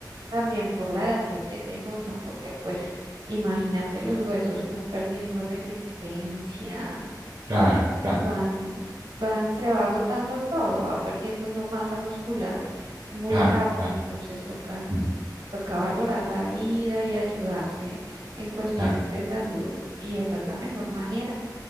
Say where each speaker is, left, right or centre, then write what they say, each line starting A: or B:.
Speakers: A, on the right (about 75°); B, on the right (about 60°).
A: también por la edad que tenemos, ¿no? Porque pues imagínate, los huesos van perdiendo resistencia,
B: claro, claro,
A: van, van, se va agotando todo, va perdiendo una masa muscular muy
B: claro,
A: rápido,
B: claro,
A: entonces toca,
B: ujú,
A: toca valorar la vida y ayudarse en cuestiones
B: claro,
A: de salud y esa es la mejor manera.